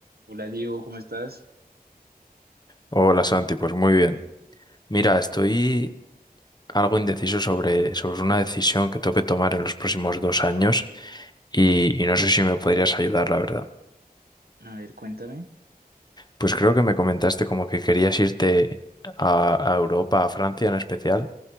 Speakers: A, on the right; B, on the left.
A: Hola Diego, ¿cómo estás?
B: Hola Santi, pues muy bien. Mira, estoy algo indeciso sobre, sobre una decisión que tengo que tomar en los próximos dos años y, y no sé si me podrías ayudar, la verdad.
A: A ver, cuéntame.
B: Pues creo que me comentaste como que querías irte a, a Europa, a Francia en especial,